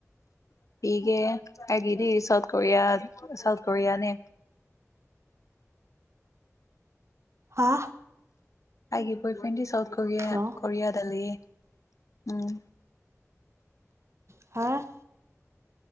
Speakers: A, on the left; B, on the right.
A: ꯎ ꯄꯤꯒꯦ ꯑꯩꯒꯤꯗꯤ ꯁꯥꯎꯠ ꯀꯣꯔꯤꯌꯥ ꯁꯥꯎꯠ ꯀꯣꯔꯤꯌꯥꯅꯦ
B: ꯍꯥ
A: ꯑꯩꯒꯤ ꯕꯣꯏ ꯐ꯭ꯔꯦꯟꯗꯤ ꯁꯥꯎꯠ ꯀꯣꯔꯤꯌꯥ
B: ꯍꯜꯂꯣ
A: ꯀꯣꯔꯤꯌꯥꯗ ꯂꯩꯌ‌ꯦ ꯎꯝ
B: ꯍꯥ